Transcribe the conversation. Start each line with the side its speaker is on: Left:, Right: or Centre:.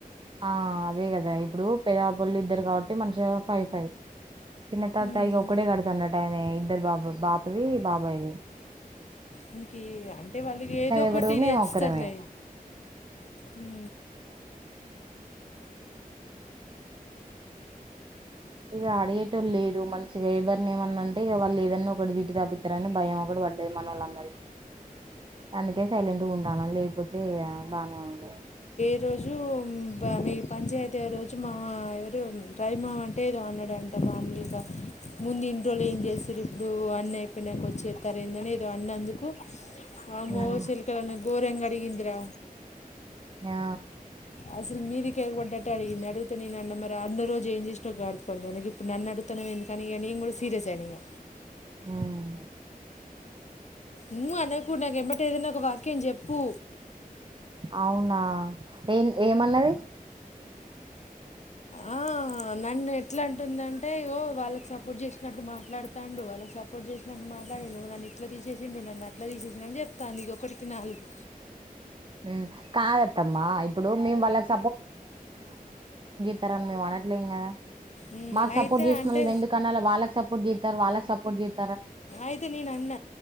Right: ఆ అదే కదా ఇప్పుడు పెద్ద వాళ్ళు ఇద్దరు కాబట్టి మనిషి. ఫైవ్ ఫైవ్ చిన్న తాత
Left: ఉమ్
Right: ఒక్కటే కడుతున్నటు ఆయన ఇద్దరు బాబు. బాపుది బాబాయ్ ది.
Left: ఇనికి అంటే వాళ్ళకి ఏదో ఒకటి
Right: ఎవరు
Left: ఇది
Right: మేము
Left: తెచ్చుస్తారులే.
Right: ఒక్కరమే
Left: హు.
Right: ఇగ అడిగేటోలు లేరు మంచిగా ఎవరిని ఏమన్నాంటే ఇగ వాళ్ళు ఏదన్నా ఒకటి తిట్టి తాపిస్తారని భయం ఒకటి పడ్డది మన వాళ్ళందరికీ. అందుకే సైలెంట్గా ఉంటాను లేకపోతే బాగానే ఉంది
Left: ఈ రోజు మీ పంచాయతీ రోజు మా ఎవరు రైమా అంటే ఏదో అన్నాడు అంట మామూలుగా ముందు ఇన్నిరోజులు ఏం చేసినారు ఇప్పుడు అన్న అయిపోయినాక వచ్చేస్తారు ఏందని ఏదో అన్నందుకు అమో
Right: ఉమ్
Left: చెల్క అనే గోరంగడిగింద్రా
Right: ఆ
Left: అసలు మీదికి ఎగ పడ్డట్టు అడిగింది అడుగు నేను అన్న మరి అన్న రోజు ఏం చే ఇడు అకి ఇప్పుడు నన్ను అడుతునావ ఎంది అని నేను కూడా సీరియసయినా
Right: ఉమ్
Left: ను అనకు నాక ఎమట ఏదనా ఒక వాక్యం చెప్పు
Right: అవునా ఏం ఏమన్నది
Left: ఆ నన్ను ఎట్లాంటుందంటే ఇగో వాళ్ళకి సపోర్ట్ చేసినట్టు మాట్లాడుత ఉండు వాళ్ళకి సపోర్ట్ చేసినట్టు మాట్లాదిండు నన్న ఇట్లా తీసేసిండు నన్నుట్లా తీసేసింది అని చెబుతుంది ఒకడికి నాలుగు
Right: ఉమ్ కాదత్తమ్మా ఇప్పుడు మేము వాళ్ళకి ఇస్తారని మేము అనట్లేం కదా
Left: ఉమ్
Right: మాకు సపోర్ట్
Left: అయితే
Right: చేసినోళ్ళు
Left: అంటే
Right: ఎందుకనాల వాళ్ళకి సపోర్ట్ చేస్తారు వాళ్ళకి సపోర్ట్ చేస్తారు
Left: అయితే నేన అన్న